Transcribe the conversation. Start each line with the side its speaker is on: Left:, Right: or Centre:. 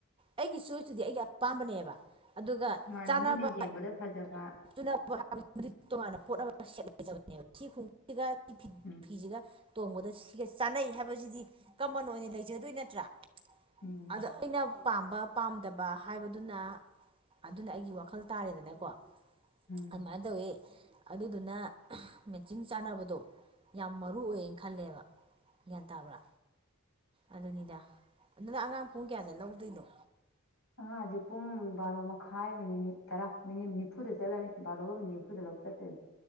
Right: ꯑꯩꯒꯤ ꯁꯣꯏꯁꯇꯨꯗꯤ ꯑꯩꯒꯤ ꯑꯄꯥꯝꯕꯅꯦꯕ ꯑꯗꯨꯒ
Left: ꯃꯥꯅꯦ
Right: ꯆꯥꯅꯕ
Left: ꯃꯤꯅ ꯌꯦꯡꯕꯗ ꯐꯖꯕ
Right: ꯇꯣꯉꯥꯟꯥꯟꯕ ꯄꯣꯠ ꯑꯃ ꯁꯦꯠ ꯂꯩꯖꯕꯅꯦꯕ ꯁꯤ ꯁꯤꯒ
Left: ꯎꯝ
Right: ꯐꯤꯁꯤꯒ ꯇꯣꯡꯕꯗ ꯁꯤꯒ ꯆꯥꯅꯩ ꯍꯥꯏꯕꯁꯤꯗꯤ ꯀꯃꯟ ꯑꯣꯏꯅ ꯂꯩꯖꯗꯣꯏ ꯅꯠꯇ꯭ꯔꯥ
Left: ꯎꯝ
Right: ꯑꯗꯣ ꯑꯩꯅ ꯄꯥꯝꯕ ꯄꯥꯝꯗꯕ ꯍꯥꯏꯕꯗꯨꯅ ꯑꯗꯨꯅ ꯑꯩꯒꯤ ꯋꯥꯈꯜ ꯇꯥꯔꯦꯗꯅꯀꯣ
Left: ꯎꯝ
Right: ꯑꯗꯨ ꯃꯗꯋꯦ ꯑꯗꯨꯗꯨꯅ ꯃꯦꯆꯤꯟ ꯆꯥꯟꯅꯕꯗꯣ ꯌꯥꯝ ꯃꯔꯨ ꯑꯣꯏꯌꯦꯅ ꯈꯜꯂꯦꯕ ꯒ꯭ꯌꯥꯟ ꯇꯥꯕ꯭ꯔꯥ ꯑꯗꯨꯅꯤꯗ ꯑꯗꯨꯅ ꯑꯉꯥꯡ ꯄꯨꯡ ꯀꯌꯥꯅ ꯂꯧꯗꯣꯏꯅꯣ
Left: ꯑ ꯍꯧꯖꯤꯛ ꯄꯨꯡ ꯕꯥꯔꯣ ꯃꯈꯥꯏ ꯃꯤꯅꯤꯠ ꯇꯔꯥ ꯃꯤꯅꯤꯠ ꯅꯤꯐꯨꯗ ꯆꯠꯂꯅꯤ ꯕꯥꯔꯣꯒ ꯃꯤꯅꯤꯠ ꯅꯤꯐꯨꯗ ꯂꯧ ꯆꯠꯇꯣꯏꯅꯤ